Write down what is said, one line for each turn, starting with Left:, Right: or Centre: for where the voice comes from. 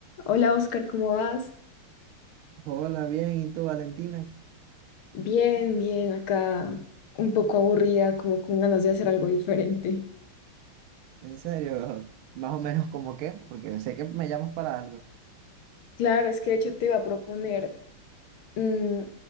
Left: Hola Oscar, ¿cómo vas?
Right: Hola, bien, ¿y tú, Valentina?
Left: Bien, bien, acá un poco aburrida, como con ganas de hacer algo diferente.
Right: En serio, <laughs> más o menos como qué, porque sé que me llamas para algo.
Left: Claro, es que de hecho te iba a proponer mm,